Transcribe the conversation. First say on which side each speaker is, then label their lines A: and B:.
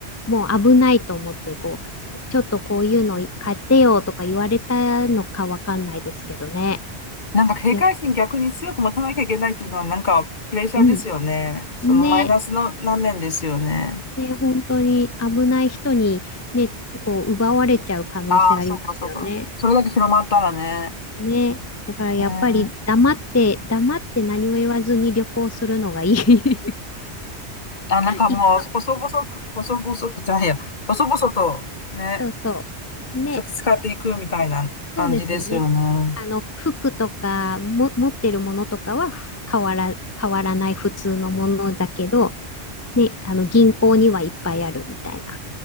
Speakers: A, on the left (about 20°); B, on the left (about 45°).
A: う、もう危ないと思って、こう、ちょっとこういうの買ってよとか言われたのかわかんないですけどね。
B: なんか警戒心逆に強く持たなきゃいけないっていうのはなんかプレッシャーですよね。
A: で、うん。
B: そのマイナスのな面ですよね。
A: ね、ね、本当に危ない人にね、こう奪われちゃう可能性ありますよね。
B: ああ、そうかそうか。それだけ広まったらね。
A: ね。だからやっぱり黙って、
B: ねえ。
A: 黙って何も言わずに旅行するのがいい。<laughs>
B: あ、なんかもう細々く、
A: いいと。
B: 細々くじゃないや、細々とね、
A: そうそう。ね。
B: ちょっと使っていくみたいな感じですよね。
A: そうですよね。あの、服とかも、持ってるものとかは変わら、変わらない普通のものだけど、ね、あの、銀行にはいっぱいあるみたいな